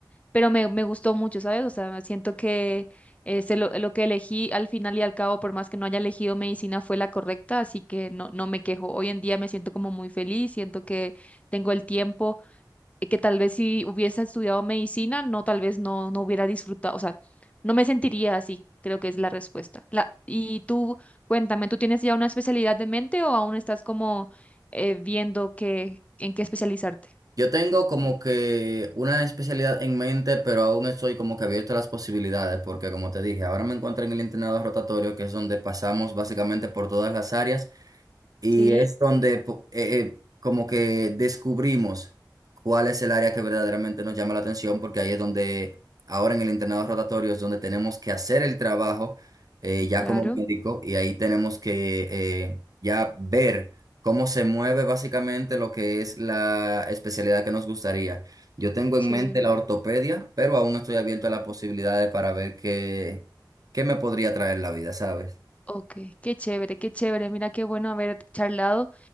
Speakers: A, on the left; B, on the right.
A: pero me, me gustó mucho, ¿sabes? O sea, siento que eh, se lo, lo que elegí al final y al cabo, por más que no haya elegido medicina, fue la correcta, así que no, no me quejo. Hoy en día me siento como muy feliz, siento que tengo el tiempo, eh, que tal vez si hubiese estudiado medicina, no, tal vez no, no hubiera disfrutado, o sea, no me sentiría así, creo que es la respuesta. La, y tú, cuéntame, ¿tú tienes ya una especialidad de mente o aún estás como eh, viendo qué, en qué especializarte?
B: Yo tengo como que una especialidad en mente, pero aún estoy como que abierto a las posibilidades, porque como te dije, ahora me encuentro en el internado rotatorio, que es donde pasamos básicamente por todas las áreas. Y
A: Sí,
B: es donde po- eh, eh, como que descubrimos cuál es el área que verdaderamente nos llama la atención, porque ahí es donde ahora en el internado rotatorio es donde tenemos que hacer el trabajo eh, ya
A: claro,
B: como médico y ahí tenemos que eh, ya ver cómo se mueve básicamente lo que es la especialidad que nos gustaría. Yo tengo en
A: chévere.
B: mente la ortopedia, pero aún no estoy abierto a las posibilidades para ver qué, qué me podría traer la vida, ¿sabes?
A: Ok, qué chévere, qué chévere. Mira qué bueno haber charlado.